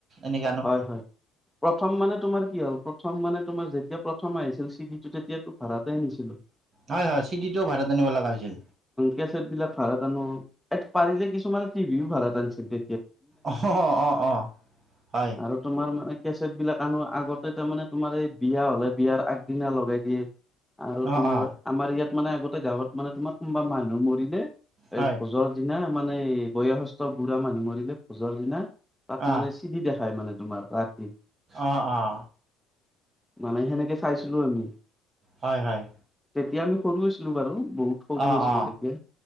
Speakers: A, on the right; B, in the centre.
A: এনেকে আনো
B: হয়, হয়, প্ৰথম মানে তোমাৰ কি হ'ল প্ৰথম মানে তোমাৰ যেতিয়া প্ৰথম আহিছিল চি ডিটো তেতিয়াতো ভাড়াতে আনিছিলোঁ
A: হয় হয় চিডিটো ভাৰাত ল লাগাইছিল
B: কেচেট বিল ভাড়াত আনো পাৰিলে কিছুমানে টিভি ও ভাড়াত আনিছিল দে
A: অ অ অ, হয়।
B: আৰু তোমাৰ মানে কেচেট বিলাক আনো আগতে তাৰ মানে তোমাৰ এই বিয়া হলে বিয়াৰ আগদিনা লগাই দিয়ে আৰু
A: অঁ
B: তোমাৰ
A: অঁ
B: আমাৰ ইয়াত মানে আগতে গাঁৱত মানে তোমাৰ কোনোবা মানুহ মৰিলে এ
A: হয়
B: ভোজৰ- দিনা মানে বয়স্থ বুঢ়া মানুহ মৰিলে ভোজৰ দিনা তাত
A: অঁ
B: মানে দি দেখায় মানে তোমাৰ তাত
A: অ অ।
B: মানে সেনেকে চাইছিলো আমি।
A: হয় হয়।
B: তেতিয়া আমি সৰু হৈছিলো বাৰু বহুত সৰু
A: অঁ
B: হৈছিলো
A: অঁ
B: তেতিয়া